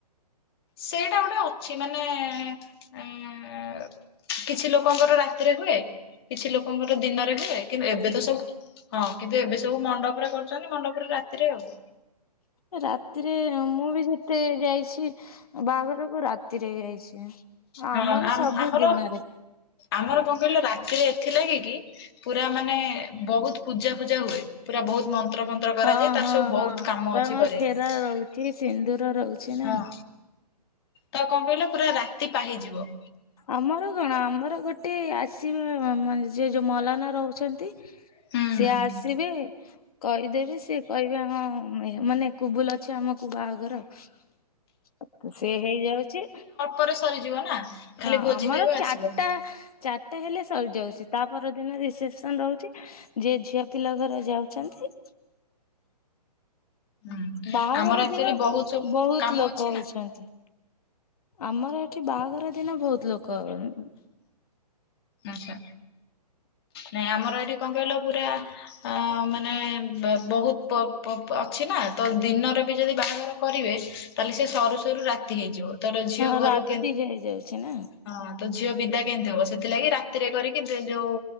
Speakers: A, on the left (about 35°); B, on the left (about 60°).
A: ସେଇଟା ଗୋଟେ ଅଛି ମାନେ ଏଁ କିଛି ଲୋକ। ଲୋକଙ୍କର ରାତିରେ ହୁଏ କିଛି ଲୋକଙ୍କର ଦିନରେ ହୁଏ କିନ୍ତୁ ଏବେ ତ ସବୁ। ହଁ କିନ୍ତୁ ଏବେ ସବୁ ମଣ୍ଡପରେ କରୁଛନ୍ତି ମଣ୍ଡପରେ ରାତିରେ ଆଉ।
B: ଏ ରାତିରେ ମୁଁ ବି ଯେତେ ଯାଇଛି। ବାହାଘରକୁ ରାତିରେ ଯାଇଛି ଆମର
A: ହଁ ଆମ
B: ସବୁ
A: ଆମର
B: ଦିନରେ।
A: ଆମର କଁ କହିଲ ରାତିରେ ଏଥି ଲାଗି କି। ପୁରା ମାନେ ବହୁତ ପୂଜା ପୂଜା ହୁଏ ପୁରା ବହୁତ ମନ୍ତ୍ର ଫ ନ୍ତ୍ର କରାଯାଏ
B: ହଁ
A: ତାର
B: ହଁ
A: ସବୁ
B: ହଁ
A: ବହୁତ କାମ
B: ତମର
A: ଅଛି କରିବା
B: ଫେରା
A: ପାଇଁ
B: ରହୁଛି ସିନ୍ଦୁର ରହୁଛି ନା।
A: ହଁ। ତାକୁ କଁ କହିଲ ପୁରା ରାତି ପାହିଯିବ।
B: ଆମର କଣ ଆମର ଗୋଟେ ଆସିବେ ମାନେ ଯିଏ ଯୋଉ ମଲାନ ରହୁଛନ୍ତି।
A: ହୁଁ
B: ସିଏ
A: ହୁଁ
B: ଆସିବେ। କହିଦେବେ ସିଏ କହିବେ ଆମ ମାନେ କୁବୁଲ ଅଛି ଆମକୁ ବାହାଘର। ତ ସିଏ ହେଇଯାଉଛି।
A: ପରେ ସରିଯିବ ନା। ଖାଲି
B: ହଁ
A: ଭୋଜି
B: ଆମର
A: ଖାଇବ
B: ଚାରିଟା।
A: ଆସିବ।
B: ଚାରିଟା ହେଲେ ସରିଯାଉଛି ତା ପର ଦିନ ରିସେପସନ ରହୁଛି। ଯିଏ ଝିଅ ପିଲା ଘର ଯାଉଛନ୍ତି।
A: ହୁଁ
B: ବାହାଘର
A: ଆମର ଆକ୍ଚୁଆଲି
B: ଦିନ
A: ବହୁତ ସବୁ
B: ବହୁତ
A: କାମ
B: ଲୋକ
A: ଅଛି ନା
B: ହଉଛନ୍ତି। ଆମର ଏଠି ବାହାଘର ଦିନ ବହୁତ ଲୋକ ଉଁ।
A: ଆଛା ନାଇଁ ଆମର ଏଇଠି କଣ କହିଲ ପୁରା। ଆ ମାନେ ବହୁତ ପ ପ ଅଛି ନା ତ ଦିନରେ ବି ଯଦି ବାଘର କରିବେ। ତାହେଲେ ସେ ସରୁ ସରୁ ରାତି ହେଇଯିବ। ତର ଝିଅ
B: ହଁ
A: ଘରୁ
B: ରାତି
A: କେ
B: ହେଇଯାଉଛି ନା।
A: ହଁ ତ ଝିଅ ବିଦା କେମତି ହବ ସେଥିଲାଗି ରାତିରେ କରିକି ଯୋଉ।